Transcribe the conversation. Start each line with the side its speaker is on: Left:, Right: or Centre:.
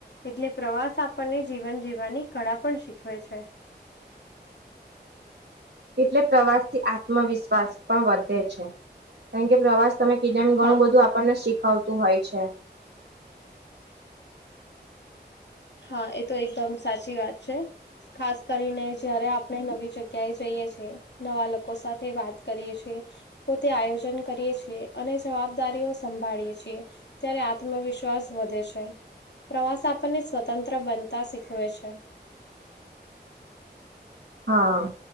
Left: એટલે પ્રવાસ આપણને જીવન જીવાની કળા પણ શીખવે છે. <inaudible>
Right: એટલે પ્રવાસ થી આત્મવિશ્વાસ પણ વધે છે. કારણ કે પ્રવાસ તમે કીધુ એમ ઘણું
Left: હા
Right: બધું આપણને શીખવતું હોય છે.
Left: હા એ તો એકદમ સાચી વાત છે. ખાસ કરીને જયારે આપણે નવી જગ્યાએ જઈએ છીએ. નવા લોકો સાથે વાત કરીએ છીએ. પોતે આયોજન કરીએ છીએ, અને જવાબદારીઓ સંભાળીએ છીએ. ત્યારે આત્મવિશ્વાસ વધે છે, પ્રવાસ આપણને સ્વતંત્ર બનતા શીખવે છે.
Right: હા,